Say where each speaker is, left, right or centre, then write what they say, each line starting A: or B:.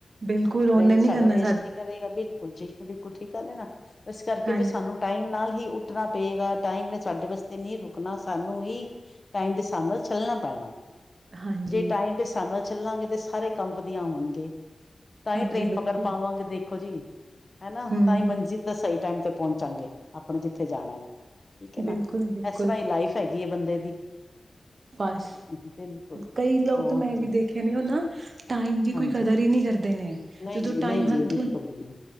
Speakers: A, on the right (about 65°); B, on the left (about 40°).
A: ਬਿਲਕੁਲ ਓਨੇ
B: ਟ੍ਰੇਨ
A: ਨੀ
B: ਸਾਡਾ
A: ਕਰਨਾ
B: ਵੇਸਟ ਕਰੇਗਾ ਵੀ ਜੀ ਬਿਲਕੁਲ ਵੀ ਕੋਠੀ ਗੱਲ ਐ, ਨਾ ਇਸ ਕਰਕੇ
A: ਹਾਂਜੀ
B: ਵੀ ਸਾਨੂੰ ਟਾਈਮ ਨਾਲ ਹੀ ਉੱਠਣਾ ਪਏਗਾ, ਟਾਈਮ ਨੇ ਸਾਡੇ ਵਾਸਤੇ ਨੀ ਰੁਕਣਾ ਸਾਨੂੰ ਹੀ ਟਾਈਮ ਦੇ ਹਿਸਾਬ ਨਾਲ ਚੱਲਣਾ ਪੈਣਾ।
A: ਹਾਂਜੀ,
B: ਜੇ ਟਾਈਮ ਦੇ ਹਿਸਾਬ ਨਾਲ ਚੱਲਾਂਗੇ, ਤੇ ਸਾਰੇ ਕੰਮ ਵਧੀਆ ਹੋਣਗੇ। ਤਾਂਈ
A: ਹਾਂਜੀ
B: ਟ੍ਰੇਰਨ
A: ਬਿਲਕੁਲ
B: ਪਕੜ ਪਾਵਾਂਗੇ, ਦੇਖੋ ਜੀ ਹਨਾ
A: ਹੂੰ,
B: ਤਾਂਹੀ ਮੰਜੀ ਸਹੀ ਟਾਈਮ ਤੇ ਪਹੁੰਚਾਂਗੇ, ਆਪਣੇ ਜਿੱਥੇ ਜਾਣਾ ਠੀਕ ਐ ਨਾ
A: ਬਿਲਕੁਲ, ਬਿਲਕੁਲ
B: ਇਸ ਤਰ੍ਹਾਂ ਈ ਲਾਈਫ ਹੈਗੀ ਐ ਬੰਦੇ ਦੀ
A: ਬੱਸ,
B: ਬਿਲਕੁਲ
A: ਕਈ ਲੋਕ
B: ਹੋਰ
A: ਕਮ
B: ਜੀ
A: ਵੀ ਦੇਖੇ ਨੇ ਉਹ ਨਾ, ਟਾਈਮ ਦੀ
B: ਹਾਂਜੀ।
A: ਕੋਈ ਕਦਰ ਈ ਨੀ ਕਰਦੇ, ਨੇ
B: ਨਹੀਂ
A: ਜਦੋਂ
B: ਜੀ ਨਹੀਂ
A: ਟਾਈਮ
B: ਜੀ
A: ਹੱਥੋਂ
B: ਬਿਲਕੁਲ ਵੀ ਨਹੀਂ